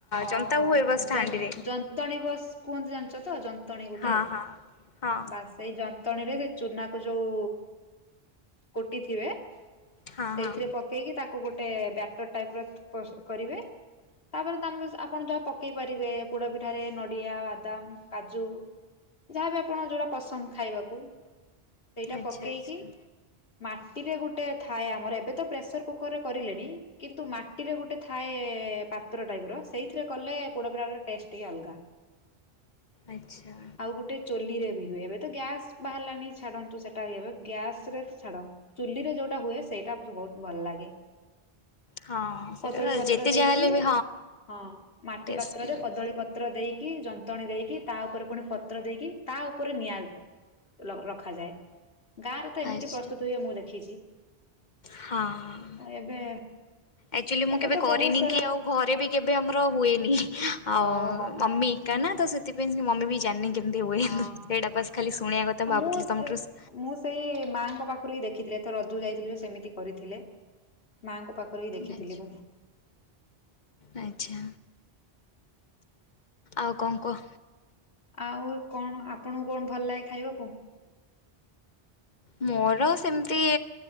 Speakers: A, on the left (about 65°); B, on the left (about 50°).
A: ଓହୋ
B: ଜନ୍ତା ହୁଏ ବସ୍
A: ଯନ୍ତ
B: ହାଣ୍ଡିରେ
A: ଯନ୍ତଣୀ ବସ୍ କୁହନ୍ତି ଜାଣିଚ ତ ଯନ୍ତଣୀ ଗୋଟେ?
B: ହଁ ହଁ ହଁ
A: ବାସ୍ ସେଇ ଯନ୍ତଣୀରେ ସେ ଚୁନା କୁ ଯୋଉ କୁଟିଥିବେ ସେଇଥିରେ
B: ହଁ ହଁ
A: ପକେଇକି ତାକୁ ଗୋଟେ ବ୍ୟାଟର ଟାଇପ୍ ର ପ୍ରସ୍ତୁତ କରିବେ। ତାପରେ ତ ଆମ୍ ଆପଣ ଯାହା ପକେଇ ପାରିବେ ପୋଡ ପିଠାରେ ନଡିଆ ବାଦାମ କାଜୁ ଯାହାବି ଆପଣଙ୍କ ଯୋଉଟା ପସନ୍ଦ ଖାଇବାକୁ ସେଇଟା
B: ଆଚ୍ଛା
A: ପକେଇକି
B: ଆଚ୍ଛା
A: ମାଟିରେ ଗୋଟେ ଥାଏ ଆମର ଏବେ ତ ପ୍ରେସର୍ କୁକର ରେ କରିଲେଣି କିନ୍ତୁ ମାଟ୍ ମାଟିରେ ଗୋଟେ ଥାଏ ପାତ୍ର ଟାଇପ୍ ର ସେଇଥିରେ କଲେ ପୋଡ ପିଠା ଟା ଟେଷ୍ଟ ଟିକେ ଅଲଗା।
B: ଆଚ୍ଛା।
A: ଆଉ ଗୋଟେ ଚୁଲି ରେ ବି ହୁଏ ଏବେ ତ ଗ୍ୟାସ୍ ବାହାରିଲାଣି ଛାଡନ୍ତୁ ସେଟା ହୁଏ ଗ୍ୟାସ୍ ରେ ଛାଡ ଚୁଲିରେ ଯୋଉଟା ହୁଏ ସେଇଟା ମତେ ବହୁତ୍ ଭଲ ଲାଗେ।
B: ହଁ ସେଟା
A: କଦଳୀ ପତ୍ର
B: ଯେତେ
A: ଦେଇକି
B: ଯାହା ହେଲେ
A: ହଁ
B: ବି
A: ମାଟି
B: ଟେଷ୍ଟି
A: ପାତ୍ରରେ
B: ଲାଗେ
A: କଦଳୀ ପତ୍ ପତ୍ର ଦେଇକି ଯନ୍ତଣୀ ଦେଇକି ତା ଉପରେ ପୁଣି ପତ୍ର ଦେଇକି ତା ଉପରେ ନିଆ ଲ ରଖାଯାଏ। ଗାଁରେ ତ ଏମିତି
B: ଆଚ୍ଛା
A: ପ୍ରସ୍ତୁତ ହୁଏ ମୁଁ ଦେଖିଚି।
B: ହଁ।
A: ଆଉ ଏବେ
B: ଆକ୍ଚୁଆଲି ମୁଁ
A: ଏବେ
B: କେବେ
A: ତ
B: କରିନି
A: ବହୁ ସାରା
B: କି ଆଉ ଘରେ ବି କେବେ ଆମର ହୁଏନି ଆଉ
A: ଓହୋ
B: ମମି ଏକା ନା ତ ସେତ୍ ସେଥିପାଇଁ ସେ ମମି ବି ଜାଣିନି କେ କେମିତି ହୁଏ
A: ହଁ ହଁ
B: ସେଇଟା ବାସ୍ ଖାଲି ଶୁଣିଆ କଥା
A: ହଁ
B: ଭାବୁଥିଲି
A: ମୁଁ
B: ତମଠାରୁ ସି
A: ମୁଁ ସେଇ ମାଆଙ୍କ ପାଖରୁ ହିଁ ଦେଖିଥିଲେ ଏଥର ରଜକୁ ଯାଇଥିଲି ଯେ ସେମିତି କରିଥିଲେ ମାଆଙ୍କ ପାଖରୁ ହି ଦେଖିଥିଲି
B: ଆଚ୍ଛା
A: ମୁଁ।
B: ଆଚ୍ଛା। ଆଉ କଁ କୁଅ?
A: ଆଉ କଣ ଆପଣଙ୍କୁ କଣ ଭଲ ଲାଗେ ଖାଇବାକୁ? <inaudible>
B: ମୋର ସେମିତି